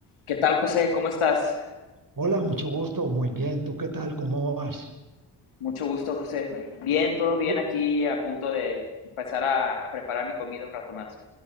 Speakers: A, on the left (about 80°); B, on the right (about 40°).
A: ¿Qué tal, José? ¿Cómo estás?
B: Hola, mucho gusto. Muy bien. ¿Tú qué tal? ¿Cómo vas?
A: Mucho gusto, José. Bien, todo bien
B: Bu-
A: aquí, a punto de empezar a, a preparar mi comida un rato más.